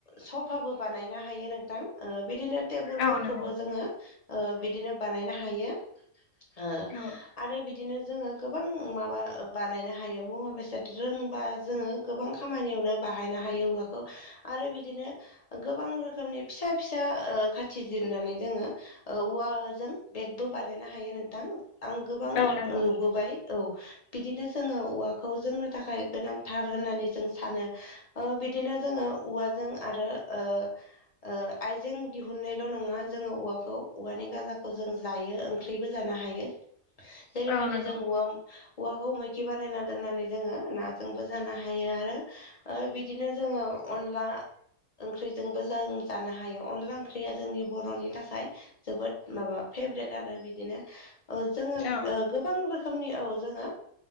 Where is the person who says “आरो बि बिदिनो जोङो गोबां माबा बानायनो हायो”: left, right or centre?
Left